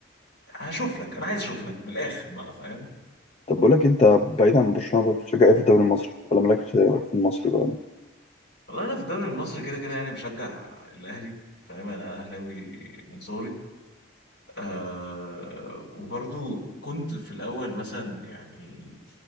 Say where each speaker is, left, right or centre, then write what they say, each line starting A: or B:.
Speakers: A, on the left; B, on the left.
A: هشوف لك انا عايز اشوف لك من الاخر بقى فاهم
B: طب بقول لك انت بعيد عن برشلونة بتشجع ايه في الدوري المصري ولا مالكش في المصري بقى
A: والله انا في الدوري المصري كده كده يعني بشجع الاهلي فاهم انا اهلاوي من صغري آه وبرضو كنت في الأول مثلا يعني